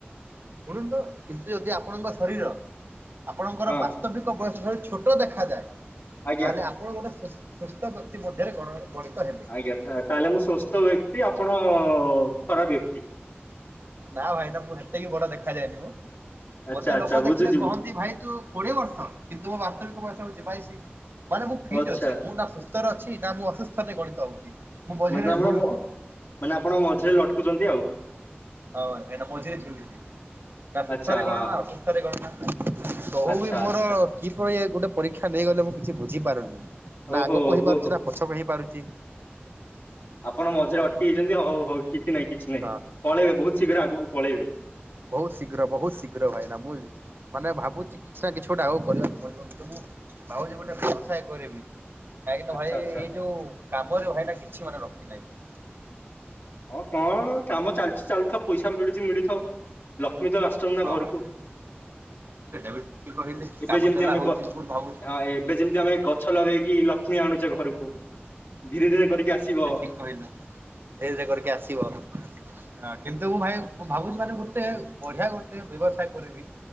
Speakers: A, on the right; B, on the left.
A: ଶୁଣନ୍ତୁ କିନ୍ତୁ ଯଦି ଆପଣଙ୍କ ଶରୀର ଆପଣଙ୍କର
B: ହଁ
A: ବା ସ୍ତବିକ ବୟସ ଛୋଟ ଦେଖାଯାଏ
B: ଆଜ୍ଞା
A: ତାହେଲେ ଆ ପଣ ଗୋଟେ ସୁସ୍ ସୁସ୍ଥ ବ୍ୟକ୍ତି ମଧ୍ୟରେ ଗଣ ଗଣିତ ହେ
B: <unintelligible> ତାହେଲେ ମୁଁ ସୁସ୍ଥ ବ୍ୟକ୍ତି ଆପଣ ଖରାପ ବ୍ୟକ୍ତି?
A: ନା ଭାଇନା ମୁଁ ସେତିକି ବଡ ଦେଖାଯାଏନି ମୁଁ।
B: ଆଚ୍ଛା
A: ମୋତେ
B: ଆଚ୍ଛା
A: ଲୋକ
B: ବୁଝୁଛି
A: ଦେଖିଲେ କହନ୍ତି
B: ବୁଝୁ
A: ଭାଇ ତୁ କୋଡିଏ ବର୍ଷ କିନ୍ତୁ ମୋ ବାସ୍ତବିକ ବୟସ ହଉଛି ବାଇଶି ମାନେ ମୁଁ ଫିଟି
B: ଆଚ୍ଛା
A: ଅଛି ମୁଁ ନା ସୁସ୍ ତର ଅଛି ନା ମୁଁ ଅସୁସ୍ଥରେ ଗଣିତ ହଉଛି? ମୁଁ ମଝିରେ
B: ମାନେ ତ ଆମର
A: ଝୁଲୁଛି
B: ମୋ ମାନେ ଆପଣ ମଝିରେ ଲଟକୁଛନ୍ତି ଆଉ।
A: ହଉ ସେଟା ମଝିରେ ଝୁଲିଛି ନା ସୁସ୍ଥରେ
B: ଆଚ୍ଛା
A: ଗଣନା
B: ହଁ
A: ନା
B: ହଁ
A: ଅସୁସ୍ଥରେ ଗଣନା। ତଉ
B: ଆଚ୍ଛା
A: ବି ମୋର
B: ଆଚ୍ଛା
A: କି <unintelligible> ଗୋଟେ ପରୀକ୍ଷା ନେଇଗଲେ ମୁଁ କିଛି ବୁଝିପାରୁନି।
B: ଓହୋ
A: ନା ଆଗକୁ ହେଇପାରୁଚି
B: ଓହୋ
A: ନା ପଛକୁ ହେଇପାରୁଚି।
B: ଆପଣ ମଝିରେ ଅଟକି ଯାଇଛନ୍ତି ହଉ ହଉ କିଛି ନାଇଁ କିଛି ନାଇଁ।
A: ହଁ
B: ପଳେଇବେ ବହୁତ ଶୀଘ୍ର ଆଗକୁ ପଳେଇବେ।
A: ବହୁତ୍ ଶୀଘ୍ର ବହୁତ୍ ଶୀଘ୍ର ଭାଇନା ମୁଁ ମାନେ ଭାବୁଛି କିଛି ନା କିଛି ଗୋଟେ ଆଉ କରିବାକୁ ପଡ଼ିବ ଗୁଟେ ମୁଁ ଭାବୁଛି ଗୁଟେ ବ୍ୟବସାୟ କରିବି। କାଇଁକିନା
B: ଆଚ୍ଛା
A: ଭାଇ
B: ଆଚ୍ଛା
A: ଏଇ ଯୋଉ କାମରେ ଭାଇନା କିଛି ମାନେ ରଖି ନାହିଁ।
B: ହଁ କଣ କାମ ଚାଲିଚି ଚାଲ୍ ଥଉ ପଇସା ମିଳୁଚି ମିଳିଥଉ ଲକ୍ଷ୍ମୀ ତ ରସ୍ <unintelligible> ନା
A: ହଁ
B: ଘରୁକୁ।
A: ଭାଇ ସେଇଟା ବି ଠିକ୍ କହିଲେ
B: ଏବେ
A: କାମ
B: ଯେମ୍ତି
A: ଚଲା
B: ଆମେ
A: ହଉଛି
B: ଗ
A: ଭୁଲ ଭାବୁଛି
B: ହଁ ଏବେ ଯେମ୍ତି ଆମେ ଗ ଛ ଲଗେଇକି ଲକ୍ଷ୍ମୀ ଆଣୁଚେ ଘରୁକୁ ଧୀରେ ଧୀରେ କରିକି ଆସିବ।
A: କହିଲା ଧୀରେ ଧୀରେ କରିକି ଆସିବ <unintelligible> କିନ୍ତୁ ମୁଁ ଭାଇ ମୁଁ ଭାବୁଛି ମାନେ ଗୁଟେ ବଢ଼ିଆ ଗୁଟେ ବ୍ୟବସାୟ କରିବି।